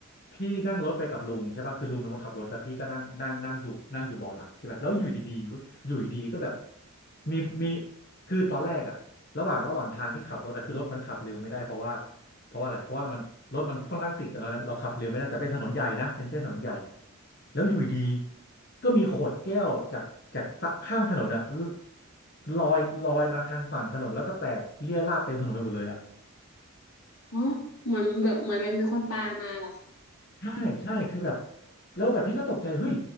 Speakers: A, on the left; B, on the left.
A: พี่นั่งรถไปกับลุงใช่ป่ะคือลุงเป็นคนขับรถแล้วพี่ก็นั่งนั่งนั่งอยู่นั่งอยู่เบาะหลังใช่ไหมแล้วอยู่ดีๆเว้ยอยู่ดีๆก็แบบมีมีคือตอนแรกอ่ะระหว่างระหว่างทางที่ขับรถอะคือรถมันขับเร็วไม่ได้เพราะว่า เพราะว่าอะไร เพราะว่ามันรถมันค่อนข้างติดแต่ตอนนั้นเราขับเร็วไม่ได้แต่เป็นถนนใหญ่นะ เป็นเส้นถนนใหญ่ แล้วอยู่ดีๆก็มีขวดแก้วจากจากข้างถนนอะลลอยลอยมาทางฝั่งถนนแล้วก็แตกเรี่ยราดเต็มถนนไปหมดเลยอะ
B: โอ้เหมือนแบบเหมือนแบบมีคนปามาเหรอคะ
A: ใช่ใช่คือแบบแล้วแบบพี่ก็ตกใจเฮ้ย